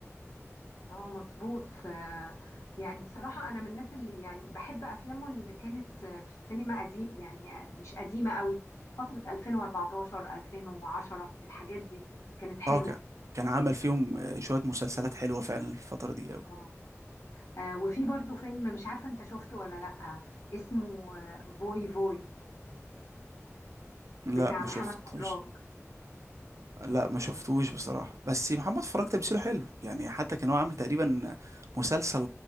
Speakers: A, on the left; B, on the right.
A: اه مظبوط آه، يعني بصراحه انا من الناس اللي يعني بحب افلامه اللي كانت آه، في السينما قديم يعني آه، مش قديمه قوي فتره 2014 2010 الحاجات دي كانت حلوه
B: اه كان كان عمل فيهم آه، شوية مسلسلات حلوة فعلا الفترة دي أوي
A: آه. آه وفي برضو فيلم مش عارفة انت شفته ولا لأ اسمه آه فوي فوي
B: لا
A: بتاع
B: ما
A: محمد
B: شفتش
A: فراج
B: لا ما شفتوش بصراحة بس محمد فراج تمثيله حلو يعني حتى كان هو عامل تقريبا مسلسل